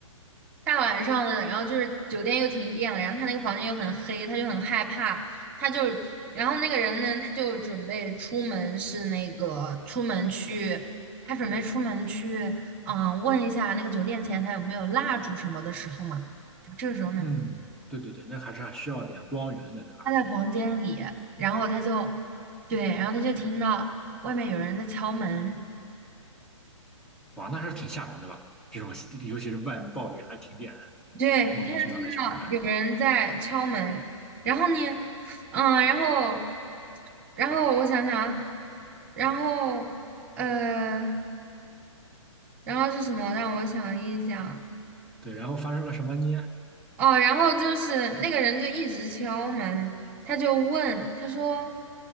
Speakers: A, on the right; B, in the centre.
A: 大晚上的，然后就是酒店又停电了，然后他那个房间又很黑，他就很害怕，他就，然后那个人呢，他就准备出门是那个出门去，他准备出门去，嗯、问一下那个酒店前台有没有蜡烛什么的时候嘛，这个时候呢，
B: 嗯，对对对，那还是需要点光源的，对吧？
A: 他在房间里，然后他就，对，然后他就听到外面有人在敲门，
B: 哇，那还是挺吓人的吧？这种尤其是外面暴雨还停电，
A: 对，
B: 莫名其妙的敲门。
A: 他就听到有人在敲门，然后呢，嗯，然后，然后我想想啊，然后，呃，然后是什么？让我想一想。
B: 对，然后发生了什么？呢？
A: 哦，然后就是那个人就一直敲门，他就问，他说，